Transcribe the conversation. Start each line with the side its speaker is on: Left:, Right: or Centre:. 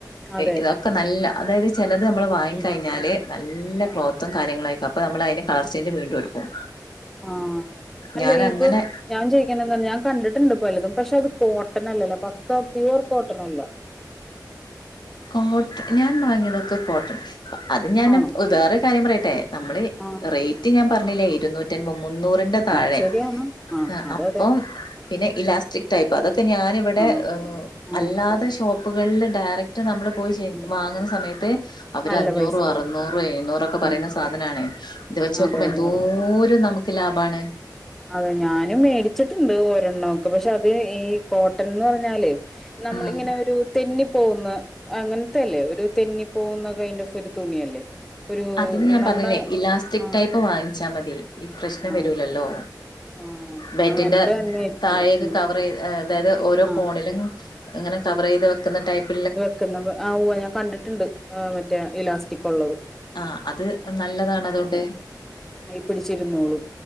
Centre: അതെ
Left: ഇതൊക്കെ നല്ല അതായത് ചെലത് നമ്മള് വാങ്ങി
Centre: ഉം
Left: കഴിഞ്ഞാല് നല്ല
Centre: ആ
Left: ക്ലോ ത്തും കാര്യങ്ങളായിക്കും അപ്പം നമ്മളയിന്റെ കളർചേഞ്ച് വീണ്ടും എടുക്കും
Centre: ആഹ് അല്ലേ
Left: ഞാൻ
Centre: ഇത്
Left: അങ്ങനെ
Centre: ഞാൻ ചോയിക്കുന്നന്നർഞ്ഞാ ഞാൻ കണ്ടിട്ടുണ്ട് ഇപ്പല്ലതും പക്ഷെ അത് കോട്ടൻ അല്ലല്ലോ പക്കാ പ്യുവർ കോട്ടനല്ല
Left: കോട്ട ഞാൻ വാങ്ങിയതൊക്കെ കോട്ടൺ അത് ഞാൻ
Centre: ആണോ
Left: വേറൊര് കാര്യം പറയട്ടെ നമ്മള്
Centre: ആ
Left: റൈറ്റ് ഞാ പറഞ്ഞില്ലേ ഇരുന്നൂ റ്റിം മുന്നൂറിന്റെ താഴെ
Centre: ആ ശരിയാണ്
Left: ആ
Centre: അതെ
Left: അപ്പം
Centre: അതെ
Left: പിന്നെ ഇലാസ്റ്റിക് ടൈപ്പ് അതൊക്കെ ഞാന് ഇവിടെ
Centre: ആ ആ
Left: അല്ലാതെ ഷോപ്പുകളിൽ ഡയറ ക്ട് നമ്മള് പോയിചയ്
Centre: ഉം
Left: വാങ്ങുന്ന സമയത്ത് അവര്
Centre: നല്ല
Left: അഞ്ഞൂറും
Centre: പൈസയാവും
Left: അറുന്നൂറും എഴ്ന്നൂറൊക്കെ പറയുന്ന
Centre: ഉം
Left: സാധനാണേ ഇത് വെച്ചോക്കുമ്പം
Centre: അതെ
Left: എന്തോര്
Centre: അതെ അതെ
Left: നമ്ക്ക് ലാഭാണ്
Centre: അതെ ഞാനും മേടിച്ചിട്ടുണ്ട് ഒരെണ്ണൊക്കെ പക്ഷെ അത് ഈ കോട്ടൻന്ന് പറഞ്ഞാല് നമ്മളിങ്ങനെ
Left: ഉം
Centre: ഒരു തെന്നി പോകുന്ന അങ്ങൻത്തെല്ലേ ഒരു തെന്നി പോകുന്നക്കൊയിന്റെ അനുസരിച്ചരു തുണിയല്ലേ ഒരു
Left: അതിന് ഞാൻ
Centre: നമ്മുടെ
Left: പറഞ്ഞില്ലേ ഇലാസ്റ്റിക്
Centre: ആ
Left: ടൈപ്പ് വാങ്ങി ച്ചാ മതി ഇ പ്രശ്ണം
Centre: ആ
Left: വരൂലല്ലോ
Centre: ആ
Left: ബെഡിന്റെ
Centre: അങ്ങനത്തെ തന്നെ ആയിരിക്കും
Left: താഴേക്ക്
Centre: ഉം
Left: കവറൈയ്ത് അതായത് ഓരോ
Centre: ആ
Left: കോണിലും ഇങ്ങനെ കവറൈത് വെക്കുന്ന ടൈപ്പ്
Centre: വെക്കുന്നത് ആ ഉവ്വെ ഞാൻ കണ്ടിട്ടുണ്ട് മറ്റേ ഇലാസ്റ്റികുള്ളത്
Left: ആഹ് അത് നല്ലതാണ് അതോണ്ട്
Centre: നൈപിടിച്ചിരുന്നോളും